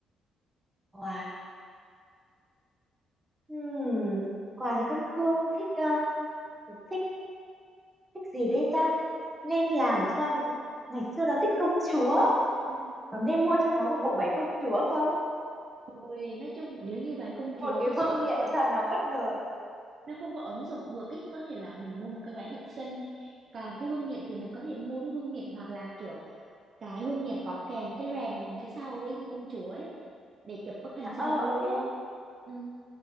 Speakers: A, on the right (about 15°); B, on the right (about 50°).
A: wow Ừm, quà thì con Hương thích ờ, thích thích gì đây ta? Nên làm cho ngày xưa nó thích công chúa,
B: <laughs>
A: nó nên mua cho nó một bộ váy công chúa không?
B: Ôi, nói chung nếu như vậy công
A: Một
B: chúa
A: cái
B: tôi
A: vương
B: sợ
A: miện
B: kiểu
A: cho nó bất ngờ.
B: nó không có ứng dụng được ý có thể là mình mua một cái váy
A: <laughs>
B: thật xinh còn cái vương miện thì mình có thể mua cái vương miện hoặc là kiểu cái vương miện có kèm cái rèm phía sau ấy như công chúa ấy để chụp bức hình sinh
A: Ờ
B: nhật luôn
A: ok,
B: ừ,